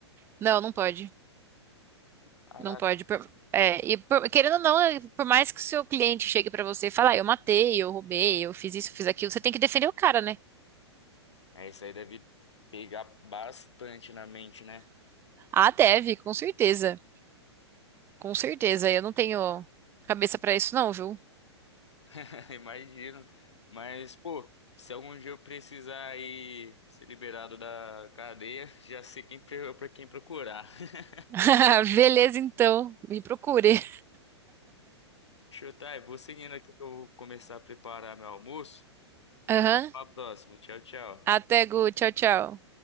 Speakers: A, on the right; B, on the left.
A: Não, não pode,
B: Caraca,
A: não pode. Por- é, e por- querendo ou não, é, por mais que o seu cliente chegue pra você e fale, ah, eu matei, eu roubei, eu fiz isso, fiz aquilo, você tem que defender o cara, né?
B: é, isso aí deve pegar bastante na mente, né?
A: Ah, deve, com certeza. Com certeza, eu não tenho cabeça pra isso não, viu?
B: <laughs> Imagino. Mas, pô, se algum dia eu precisar ir ser liberado da cadeia, <laughs> já sei quem para quem procurar. <laughs>
A: <laughs> Beleza, então, me procure.
B: Deixa eu tá, eu vou seguindo aqui que eu vou começar a preparar meu almoço.
A: Aham.
B: Até a próxima. Tchau, tchau.
A: Até, Gu, tchau, tchau.